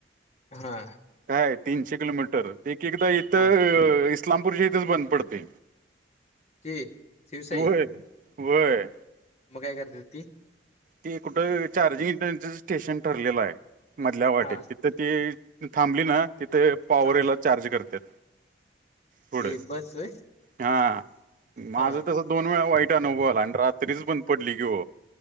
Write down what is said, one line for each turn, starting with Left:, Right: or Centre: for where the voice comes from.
Left: हां
Right: काय तीनशे किलोमीटर एक एकदा इथ <unintelligible>
Left: हा
Right: इस्लामपूरच्या इथेच बंद पडते
Left: ते शिवसाई
Right: व्हय व्हय.
Left: मग काय करत्यात ती?
Right: ते कुठ चार्जिंगच स्टेशन ठरलेल आहे मधल्या वाटेत.
Left: हा
Right: तर ती थांबली ना तिथे पॉवर
Left: हा
Right: याला चार्ज करतात. पुढ
Left: ते बस होय
Right: हां माझ
Left: हा
Right: तसच. दोन वेळा वाईट अनुभव आला आणि रात्रीच बंद पडली की ओ.